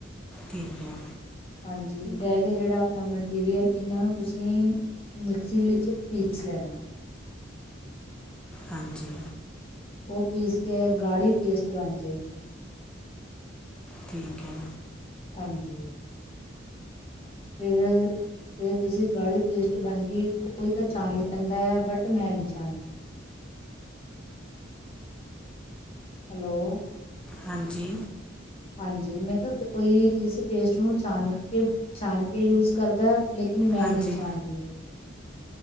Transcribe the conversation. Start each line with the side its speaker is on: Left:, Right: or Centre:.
Centre: ਠੀਕ ਹੈ
Left: ਹਾਂਜੀ, ਰਹਿ ਗਿਆ ਜਿਹੜਾ ਆਪਣਾ ਮਟੀਰੀਅਲ, ਇਹਨਾਂ ਨੂੰ ਤੁਸੀਂ ਮਿਕਸੀ ਵਿੱਚ ਪੀਸ ਲੈਣਾ
Centre: ਹਾਂਜੀ
Left: ਉਹ ਪੀਸ ਕੇ, ਗਾੜੀ ਪੇਸਟ ਬਣ ਜਾਏਗੀ
Centre: ਠੀਕ ਹੈ
Left: ਹਾਂਜੀ ਇਹ ਫੇਰ ਤੁਸੀਂ ਗਾੜੀ ਪੇਸਟ ਬਣ ਗਈ, ਕੋਈ ਤਾਂ ਛਾਣ ਲੈਂਦਾ ਆ, ਬਟ ਮੈਂ ਨਹੀਂ ਛਾਣਦੀ ਹੈਲੋ
Centre: ਹਾਂਜੀ
Left: ਹਾਂਜੀ, ਮੈਂ ਕਿਹਾ ਕੋਈ ਇਸ ਪੇਸਟ ਨੂੰ ਛਾਣ ਕੇ, ਛਾਣ ਕੇ ਯੂਜ ਕਰਦਾ ਲੇਕਿਨ ਮੈਂ
Centre: ਹਾਂਜੀ
Left: ਨਹੀਂ ਛਾਣਦੀ